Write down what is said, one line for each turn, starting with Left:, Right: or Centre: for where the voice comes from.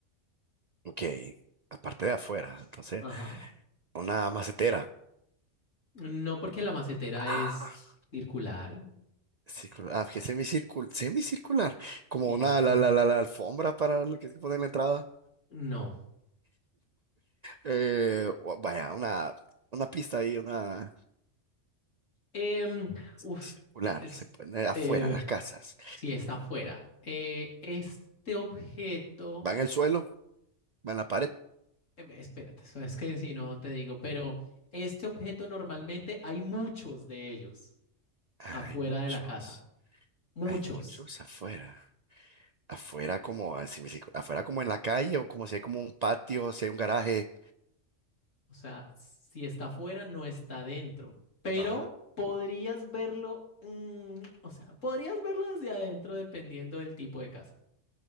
Right: ok. Aparte de afuera. Entonces,
Left: Ajá.
Right: una macetera.
Left: No porque la macetera
Right: Ah,
Left: es circular,
Right: circular. Ah, que semicircular. Semicircular. Como
Left: sí,
Right: una,
Left: eso.
Right: la, la, la, la alfombra para lo que se pone en la entrada.
Left: No.
Right: Eh, o- vaya, una, una pista ahí, una.
Left: Em, uf,
Right: circular,
Left: e- es,
Right: se pone afuera,
Left: eh,
Right: en las casas.
Left: sí, está afuera. Eh, este objeto,
Right: Va en el suelo, va en la pared.
Left: eh, espérate, eso es que si no te digo, pero este objeto normalmente hay muchos de ellos
Right: Hay
Left: afuera
Right: muchos,
Left: de la casa. Muchos.
Right: hay muchos afuera. Afuera como, así me dice, afuera como en la calle o como si hay como un patio, si hay un garaje.
Left: O sea, si está afuera, no está dentro. Pero
Right: Ajá.
Left: podrías verlo, mm, o sea, podrías verlo desde adentro dependiendo del tipo de casa.